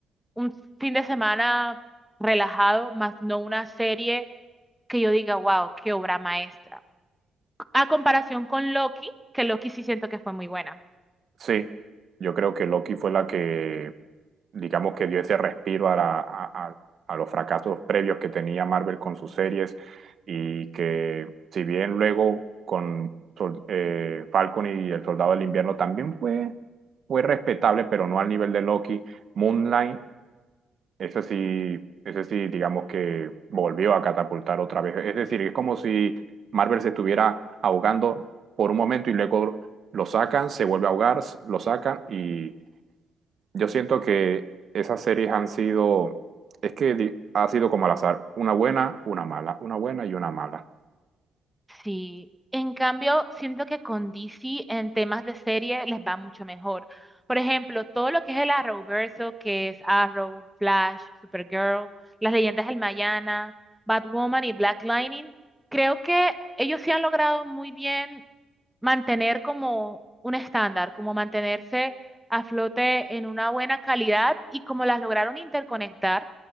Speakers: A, in the centre; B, on the right (about 50°).
A: un fin de semana relajado, más no una serie que yo diga, wow, qué obra maestra. A comparación con Loki, que Loki sí siento que fue muy buena.
B: Sí, yo creo que Loki fue la que digamos que dio ese respiro a, la- a- a- a los fracasos previos que tenía Marvel con sus series y que si bien luego con eh, Falcon y El Soldado del Invierno también fue, fue respetable, pero no al nivel de Loki, Moonlight, ese sí, ese sí, digamos que volvió a catapultar otra vez. Es decir, es como si Marvel se estuviera ahogando por un momento y luego lo sacan, se vuelve a ahogar, lo sacan y yo siento que esas series han sido, es que di- ha sido como al azar, una buena, una mala, una buena y una mala.
A: Sí, en cambio, siento que con DC en temas de serie les va mucho mejor. Por ejemplo, todo lo que es el Arrowverso, que es Arrow, Flash, Supergirl, las leyendas del Mañana, Batwoman y Black Lightning, creo que ellos sí han logrado muy bien mantener como un estándar, como mantenerse a flote en una buena calidad y como las lograron interconectar,